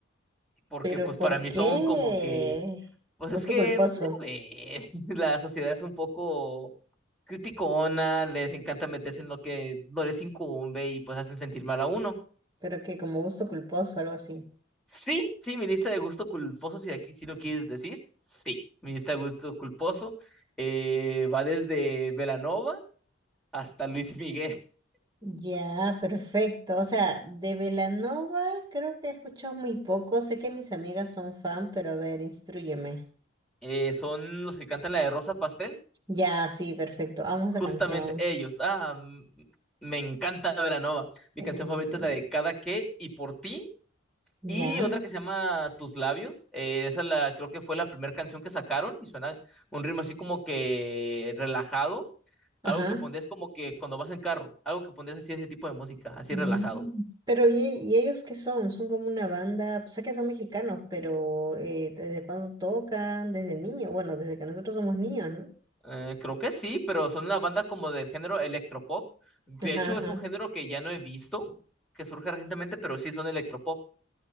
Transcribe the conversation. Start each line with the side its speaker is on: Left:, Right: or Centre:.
Centre: porque
Right: ¿Pero
Centre: pues
Right: por
Centre: para mí
Right: qué?
Centre: son como que, pues
Right: Gusto
Centre: es que,
Right: culposo.
Centre: pues, ya ves, <laughs> la sociedad es un poco criticona, les encanta meterse en lo que no les incumbe y pues hacen sentir mal a uno.
Right: Pero que como gusto culposo, algo así.
Centre: Sí, sí, mi lista de gusto culposo, si aquí sí lo quieres decir, sí, mi lista de gusto culposo eh, va desde Belanova hasta Luis Miguel.
Right: Ya, perfecto. O sea, de Belanova creo que he escuchado muy poco. Sé que mis amigas son fan, pero a ver, instrúyeme.
Centre: Eh, son los que cantan la de Rosa Pastel,
Right: Ya, sí, perfecto. Amo esa
Centre: justamente
Right: canción.
Centre: ellos. Ah, mm, me encanta Belanova. Mi
Right: Em,
Centre: canción favorita es la de Cada que y por ti Y
Right: ya,
Centre: otra que se llama Tus Labios. eh, esa la, creo que fue la primera canción que sacaron y suena un ritmo así como que relajado.
Right: ajá.
Centre: Algo que pondrías como que cuando vas en carro. Algo que pondrías así ese tipo de música, así
Right: Mm.
Centre: relajado.
Right: Pero ¿y, e- y ellos qué son? Son como una banda, sé que son mexicanos, pero eh, ¿desde cuándo tocan? Desde niños, bueno, desde que nosotros somos niños, ¿no?
Centre: Eh, creo que sí, pero son una banda como del género electropop. De
Right: Ajá,
Centre: hecho,
Right: ajá.
Centre: es un género que ya no he visto, que surge recientemente, pero sí son electropop.